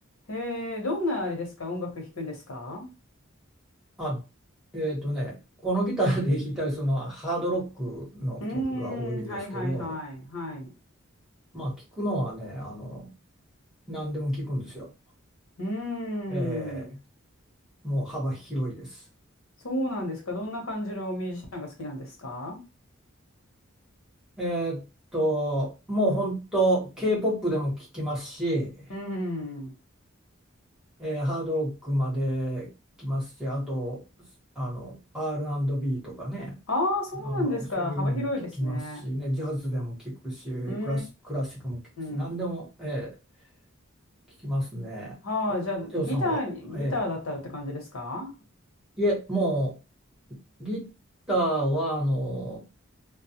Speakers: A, on the left (about 80°); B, in the centre.
A: へえ、どんなあれですか音楽弾くんですか
B: あ、えっとね、このギターで弾いたりするのはハードロックの曲が多いですけど、
A: うーん、はいはいはい、はい。
B: まあ聞くのはね、あの、何でも聞くんですよ。
A: うーん、
B: えーもう幅広いです。
A: そうなんですかどんな感じのミュージシャンが好きなんですか
B: えっと、もう本当 K-POP でも聞きますし、
A: うーん。
B: えーハードロックまで聞きますし、あと、あの、R&B とかね、
A: ああ、そうなんですか幅広いですね。
B: あの、そういうのも聞きますしね、ジャズでも聞くし、
A: うーん、う
B: クラシ、クラシックも聞くし、何でも、
A: ん、うん。
B: えー聞きますね。
A: はあ、
B: お、
A: じゃあ、
B: お嬢さんは、
A: ギターに、
B: え
A: ギターだったらって感じですか
B: え、いえ、もうギターはあの